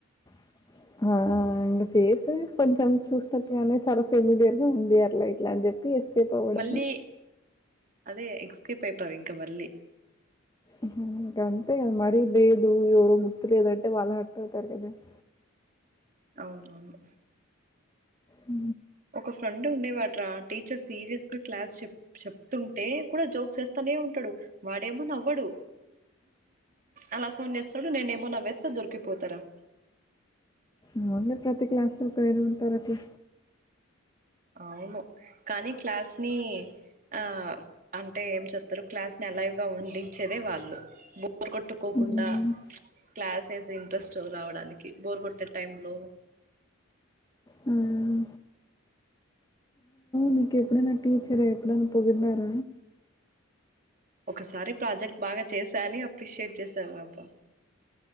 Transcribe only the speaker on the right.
మళ్ళీ అదే ఎక్ స్కేప్ అయితావ్ ఇంక వెళ్ళి
అవునవును
ఒక ఫ్రెండ్ ఉండేవాట్రా టీచర్ సీరియస్ గా క్లాస్ చె చెప్తుంటే కూడా జోక్స్ చేస్ తనే ఉంటడు వాడేమో నవ్వడు అలా సౌండ్ చేస్తాడు నేనేమో నవ్వేస్తా దొరికిపోతారా
అవును కానీ క్లాస్ ని ఆ అంటే ఏం చెప్తారు క్లాస్ ని అలైవ్ గా ఉండించేదే వాళ్ళు బొరుకోట్టుకోకుండా
క్లాసెస్ ఇంట్రెస్ట్ రావడానికి బోర్ కొట్టే టైంలో
ఒకసారి ప్రాజెక్ట్ బాగా చేశా అని అప్రిషియేట్ చేశారబ్బా